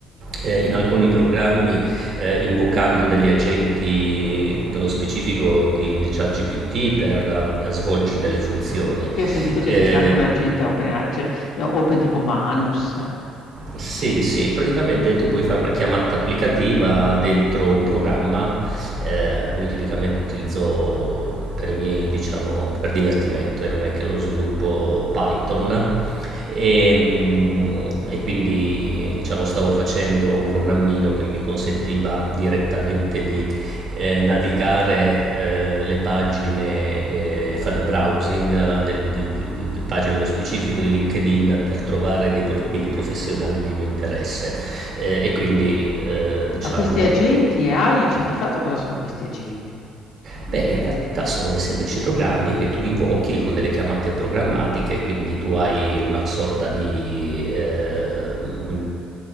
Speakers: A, on the right (about 40°); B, on the left (about 65°).
A: eh, in alcuni programmi eh, invocando degli agenti, nello specifico di, di ChatGPT, per eh, svolgere delle funzioni.
B: Sì, ho sentito che
A: Eh,
B: esiste anche un agente open, AI, cioè eh, open tipo Manus,
A: Sì, sì, praticamente tu puoi fare una chiamata applicativa dentro un programma. eh, io tipicamente utilizzo per i miei, diciamo, per divertimento e non è che lo sviluppo Python. E, mm, e quindi, diciamo, stavo facendo un programmino che mi consentiva direttamente di eh, navigare eh, le pagine, eh, fare il browsing eh, del, di, di, di di pagine nello specifico di LinkedIn per trovare dei profili professionali di mio interesse eh, e quindi eh, diciamo
B: Ma questi agenti AI, cioè di fatto cosa sono questi agenti?
A: Beh, in realtà sono dei semplici programmi che tu invochi con delle chiamate programmatiche, quindi tu hai una sorta di eh, un